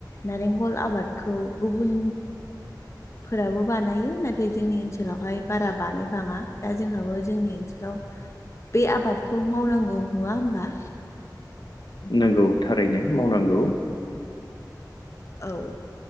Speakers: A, on the left (about 40°); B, on the left (about 75°).
A: नारेंखल आबादखौ गुबुन फोराबो बानायो नाथाय जोंनि ओनसोलावहाय बारा बानाय दा जोंहाबो जोंनि ओनसोलाव बे आबादखौ मावनांगौ नङा होमबा।
B: नोंगौ थारैनो मावनांगौ।
A: औ।